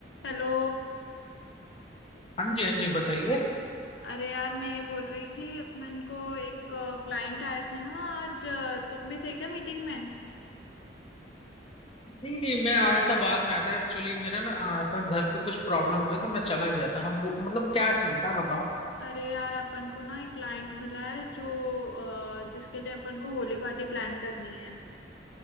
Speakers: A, on the left; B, on the left.
A: Hello
B: हाँ जी हाँ जी बताइए
A: अरे यार मैं ये बोल रही थी अपन को एक क्लाइंट आए थे ना आज अ, तुम भी थे क्या मीटिंग में
B: नहीं नहीं मैं आया था बाद में आया था एक्चुअली मेरा ना आ, ऐसा घर पे कुछ प्रॉब्लम हुआ तो मैं चला गया था हम वो मतलब क्या सीन था बताओ
A: अरे यार अपन को ना एक क्लाइंट मिला है जो अ, जिसके लिए अपन को होली पार्टी प्लान करनी है